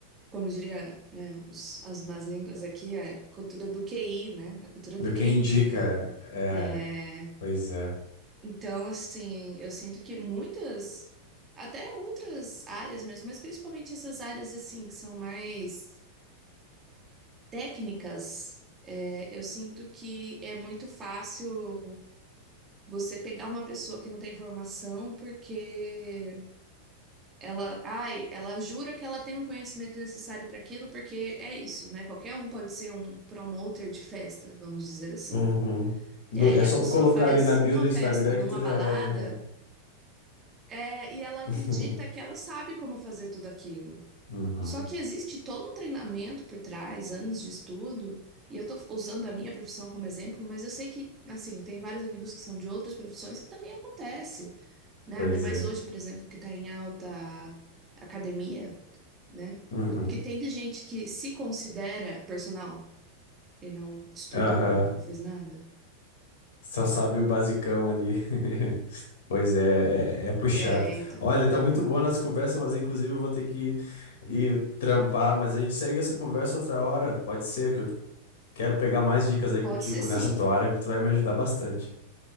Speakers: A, on the right; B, on the left.
A: como diria, né, os- as más línguas aqui, é a cultura do QI, né? A cultura
B: Do
A: do
B: que
A: que
B: indica,
A: indica.
B: é,
A: É,
B: pois é.
A: então, assim, eu sinto que muitas, até outras áreas mesmo, mas principalmente essas áreas assim que são mais técnicas, é, eu sinto que é muito fácil. Você pegar uma pessoa que não tem formação porque ela, ai, ela jura que ela tem um conhecimento necessário para aquilo, porque é isso, né? Qualquer um pode ser um promoter de festa, vamos dizer assim.
B: Uhum. Do-
A: E aí
B: é só
A: a pessoa
B: tu colocar
A: faz
B: ali na bio
A: uma
B: do Instagram
A: festa numa
B: que tu já
A: balada,
B: é, na real.
A: é, e ela acredita
B: <laughs>
A: que ela sabe como fazer tudo aquilo.
B: Uhum.
A: Só que existe todo um treinamento por trás, anos de estudo. E eu tô usando a minha profissão como exemplo, mas eu sei que, assim, eu tenho vários amigos que são de outras profissões que também acontece. né?
B: Pois
A: Ainda mais
B: é.
A: hoje, por exemplo, que está em alta academia, né?
B: Uhum.
A: O que tem de gente que se considera personal e não estudou,
B: Aham.
A: não fez nada?
B: Só sabe o basicão ali. <laughs> Pois é, é, é puxado.
A: É, então.
B: Olha, tá muito boa a nossa conversa, mas inclusive eu vou ter que ir trampar, mas a gente segue essa conversa outra hora, pode ser, porque eu Quero pegar mais dicas aí
A: Pode
B: contigo
A: ser sim.
B: nessa tua área, porque tu vai me ajudar bastante.